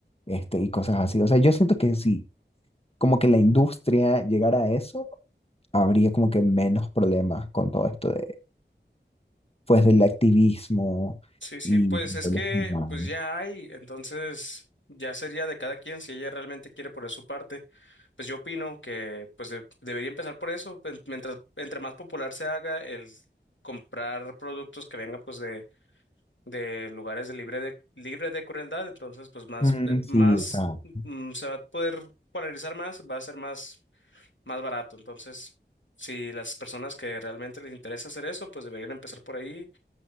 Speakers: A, on the left; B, on the left.
A: este, y cosas así. O sea, yo siento que si como que la industria llegara a eso, habría como que menos problemas con todo esto de, pues, del activismo
B: sí, sí,
A: y
B: pues
A: de
B: es que,
A: los humanos.
B: pues ya hay, entonces ya sería de cada quien si ella realmente quiere poner su parte. Pues yo opino que, pues de- debería empezar por eso, pues, mientras, entre más popular se haga el comprar productos que vengan, pues, de de lugares de libre de libre de crueldad, entonces pues más
A: Mm,
B: eh, más
A: sí, exacto.
B: mm, se va a poder polarizar más, va a ser más más barato. Entonces, si las personas que realmente les interesa hacer eso, pues deberían empezar por ahí